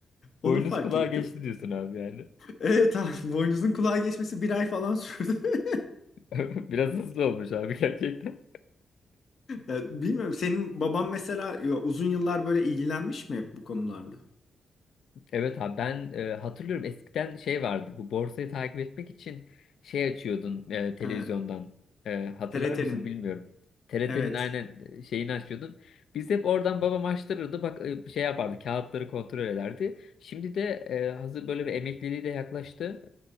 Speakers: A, on the left (about 50°); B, on the left (about 75°).
A: Onu
B: Boynuz
A: fark
B: kulağa
A: ettim.
B: geçti diyorsun abi yani.
A: Evet abi <laughs> boynuzun kulağa geçmesi bir ay falan sürdü. <laughs>
B: <laughs> Biraz hızlı olmuş abi gerçekten.
A: Ya, bilmiyorum senin baban mesela ya, uzun yıllar böyle ilgilenmiş mi hep bu konularla?
B: Evet abi ben e, hatırlıyorum eskiden şey vardı bu borsayı takip etmek için şey açıyordun e, televizyondan
A: Evet,
B: E, hatırlar
A: TRT'nin
B: mısın bilmiyorum. TRT'nin
A: evet
B: aynen e, şeyini açıyordun. Biz hep oradan babam açtırırdı bak e, şey yapardı kağıtları kontrol ederdi. Şimdi de e, hazır böyle bir emekliliği de yaklaştı